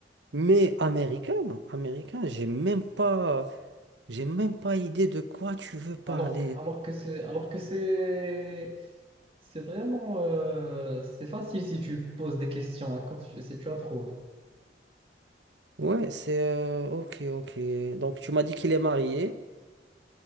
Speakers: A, on the right (about 80°); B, on the right (about 30°).
A: Mais américain, américain, j'ai même pas... J'ai même pas idée de quoi tu veux parler.
B: Alors que, alors que c'est, alors que c'est, c'est vraiment, euh, c'est facile si tu poses des questions encore, si si tu as trouvé.
A: Ouais, c'est... euh, ok, ok. Donc, tu m'as dit qu'il est marié.